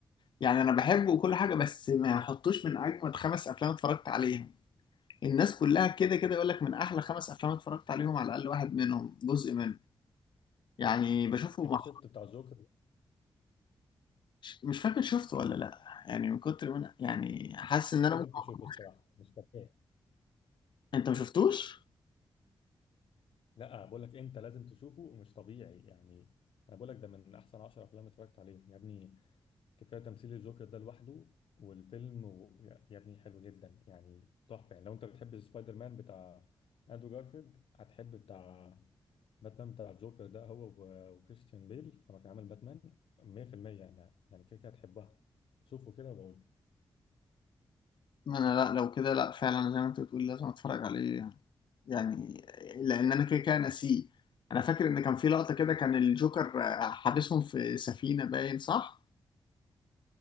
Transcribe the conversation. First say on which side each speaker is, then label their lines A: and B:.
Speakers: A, on the left; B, on the left.
A: يعني انا بحبه وكل حاجه بس ما احطوش من اجمد خمس افلام اتفرجت عليهم الناس كلها كده كده يقول لك من احلى خمس افلام اتفرجت عليهم على الاقل واحد منهم جزء منه يعني بشوفه
B: انت
A: مع...
B: شفت بتاع الجوكر
A: مش فاكر شفته ولا لا يعني من كتر من يعني حاسس ان انا
B: لازم
A: ممكن
B: تشوفه
A: أكون-
B: الصراحه مش طبيعي
A: انت ما شفتوش
B: لا بقول لك انت لازم تشوفه مش طبيعي يعني انا بقول لك ده من احسن 10 افلام اتفرجت عليها يا ابني كفايه تمثيل الجوكر ده لوحده والفيلم و... يا يا ابني حلو جدا يعني تحفه يعني لو انت بتحب سبايدر مان بتاع اندرو جارفيلد هتحب بتاع باتمان بتاع الجوكر ده هو و... وكريستيان بيل لما كان عامل باتمان 100% يعني يعني كده كده هتحبها شوفوا كده وبقول لي
A: ما انا لا لو كده لا فعلا زي ما انت بتقول لازم اتفرج عليه يعني يعني لان انا كده كده ناسيه انا فاكر ان كان في لقطه كده كان الجوكر آه، حابسهم في سفينه باين صح